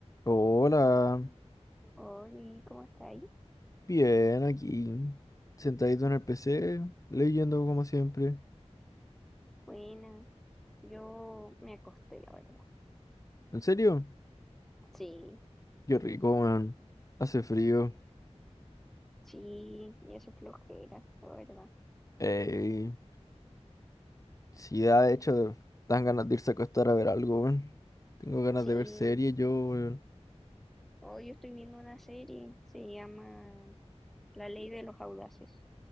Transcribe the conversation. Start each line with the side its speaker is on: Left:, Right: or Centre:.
Left: Hola,
Centre: Hola, ¿cómo está ahí?
Left: bien aquí, sentadito en el PC, leyendo como siempre.
Centre: Buena, yo me acosté, la verdad.
Left: ¿En serio?
Centre: Sí,
Left: Qué rico, man. Hace frío.
Centre: sí, ya se flojera, la verdad.
Left: Ey, sí, da, de hecho, dan ganas de irse a acostar a ver algo, weón. Tengo ganas
Centre: Sí,
Left: de ver series, yo, weón.
Centre: hoy estoy viendo una serie, se llama La Ley de los Audaces.